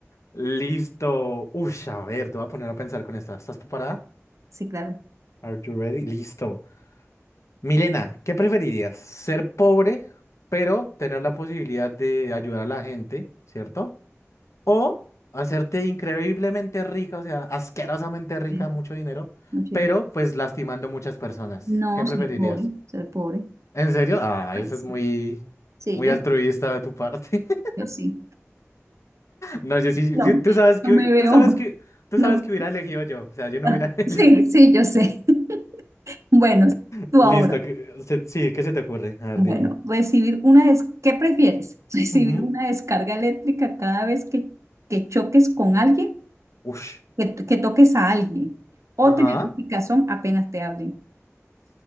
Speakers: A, on the left; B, on the right.
A: listo, uy, a ver, te voy a poner a pensar con esta, ¿estás preparada?
B: Sí, claro.
A: Are you ready? Listo. Milena, ¿qué preferirías? ¿Ser pobre, pero tener la posibilidad de ayudar a la gente, ¿cierto? ¿O hacerte increíblemente rica, o sea, asquerosamente rica,
B: Sí,
A: mucho dinero,
B: mucho
A: pero
B: dinero.
A: pues lastimando muchas personas?
B: No,
A: ¿Qué preferirías?
B: ser pobre, ser pobre.
A: ¿En serio? Ah, eso
B: Ay, sí.
A: es muy,
B: Sí,
A: muy
B: yo,
A: altruista de tu parte. <laughs>
B: yo sí.
A: No, yo sí,
B: No,
A: sí, tú sabes que,
B: no me
A: hu-
B: veo.
A: tú sabes que, tú
B: No.
A: sabes que hubiera elegido yo, o sea, yo no
B: ah,
A: hubiera <laughs> elegido.
B: Sí, sí, yo sé. <laughs> Bueno, sí, tú
A: Listo,
B: ahora.
A: que- se- sí, ¿qué se te ocurre? A ver,
B: Bueno,
A: dime.
B: recibir una des- ¿Qué prefieres? <laughs> ¿Recibir
A: Ujú.
B: una descarga eléctrica cada vez que, que choques con alguien,
A: Ush.
B: que, t- que toques a alguien? ¿O
A: Ajá.
B: tener un picazón apenas te hablen?